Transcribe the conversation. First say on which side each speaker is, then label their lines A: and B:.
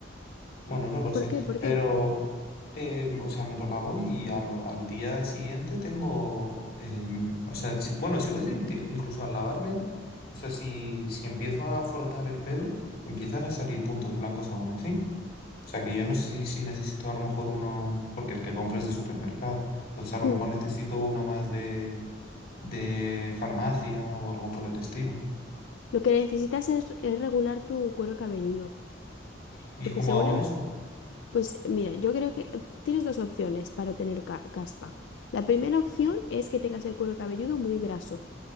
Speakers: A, on the left; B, on the left.
A: Bueno, no lo
B: ¿Por
A: sé,
B: qué? ¿Por
A: pero,
B: qué?
A: eh, o sea, me lo lavo y a lo- al día siguiente tengo, em, o sea, si- bueno, sigo sin, tiene- incluso al lavármelo, o sea, si, si empiezo a frotar el pelo, empiezan a salir puntos blancos aún así. O sea, que yo no sé si, si necesito a lo mejor uno, porque el que compro es de supermercado, entonces a lo mejor
B: Mm.
A: necesito uno más de, de farmacia o algo por el estilo.
B: Lo que necesitas es, es regular tu cuero cabelludo,
A: ¿Y
B: porque
A: cómo
B: seguramente,
A: hago eso?
B: pues mira, yo creo que eh, tienes dos opciones para tener ca- caspa. La primera opción es que tengas el cuero cabelludo muy graso